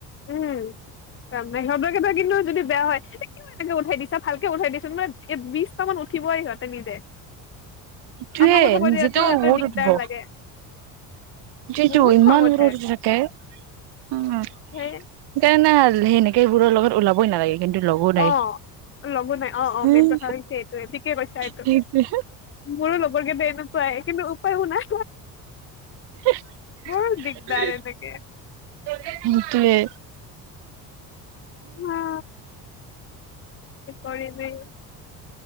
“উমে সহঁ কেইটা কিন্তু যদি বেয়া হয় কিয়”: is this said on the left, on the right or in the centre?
Left